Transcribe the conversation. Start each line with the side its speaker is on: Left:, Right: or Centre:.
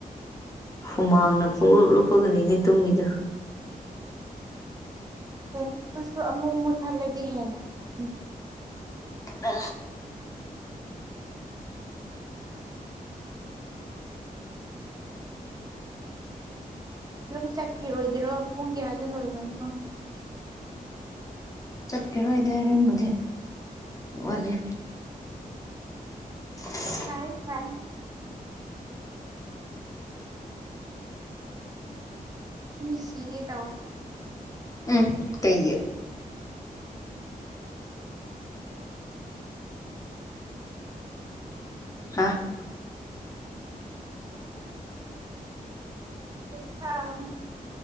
Left: ꯍꯨꯃꯥꯡꯅ ꯄꯨꯡꯂꯞ ꯂꯨꯞꯄꯒꯅꯤ ꯅꯦ ꯇꯨꯝꯃꯤꯗꯣ
Right: <unintelligible> ꯑꯃꯨꯛ ꯃꯨꯊꯠꯂꯗꯤ ꯍꯦꯟꯅ ꯁꯥꯒꯅꯤ
Left: ꯑ
Right: ꯌꯨꯝ ꯆꯠꯈꯤꯔꯣꯏꯗ꯭ꯔꯣ ꯄꯨꯡ ꯀꯌꯥꯏꯗ ꯂꯣꯏꯕꯅꯣ
Left: ꯆꯠꯈꯤꯔꯣꯏꯗ ꯔꯨꯝꯕꯨꯗꯤ ꯋꯥꯠꯂꯤ <unintelligible>
Right: ꯁꯥꯏꯌꯦ ꯁꯥꯏꯌꯦ ꯃꯤ ꯁꯤꯒꯦ ꯇꯧꯋꯦ
Left: ꯎꯝ ꯀꯩꯒꯤ ꯍꯥ
Right: <unintelligible>